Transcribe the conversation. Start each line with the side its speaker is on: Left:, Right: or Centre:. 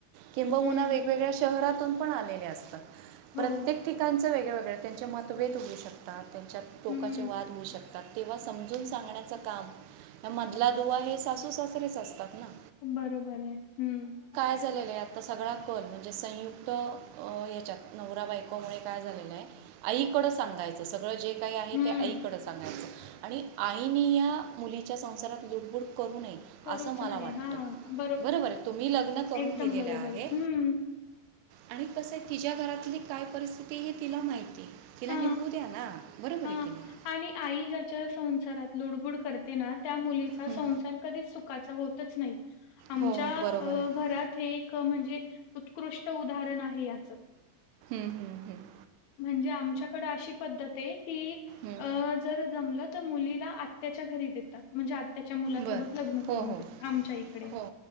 Right: किंबहुना
Left: हं.
Right: वेगवेगळ्या शहरातून पण आले असतात
Left: हो,
Right: प्रत्येक ठिक त्यांं वेगळवेगळे्या त्यांचे मतभेद होऊ शकात त्यांच्यात टोकाचे
Left: हं.
Right: वाद होऊ शकतात तेव्हा समजून सांगण्याचं काम मधला दुवा हे सासू सासरेच असतात ना
Left: बरोबर आहे हम्म
Right: झाले आ सगळा कल म्हणजे संयुक्त याच्यात नवरा बायकोमुळे काय झालेलं आहे आईकडं सांगायचं सगळं जे काही आहे
Left: हं,
Right: ते आईकडं सांगायचं आणि आईनी या मुलीच्या संसारात लुडबुड करू नये
Left: करूच
Right: असं मला
Left: नाही.
Right: वाटतं
Left: हां,
Right: बरोबर आहे तुम्ही लग्न करून
Left: एकदम
Right: दिलेलं
Left: बरोबर
Right: आहे
Left: हम्म
Right: आणि कसं तिच्या घरातली काय परिस्थिती हे तिला माहिती आहे तिला
Left: ह
Right: निभू द्या ना बरोबर
Left: हा
Right: आहे की नाही
Left: आणि आई ज्याच्या संसारात लुडबुड करते ना त्या मुलीचा
Right: हं.
Left: संसार कधी सुखाचा होतच नाही आमच्या
Right: हो हो बरोबर आहे
Left: घरात हे एक म्हणजे उत्कृष्ट उदाहरण आहे याचं
Right: हम्म हम्म हम्
Left: म्हणजे आमच्याकड अशी पद्धत आहे की
Right: हं.
Left: अ जर जमलं तर मुलीला त्याच्या घरी देतात म्हणजे आत्याच्या मुलासोबत
Right: बरं
Left: लग्न
Right: हो
Left: करून
Right: हो
Left: देतात आमच्या इकडे.
Right: हो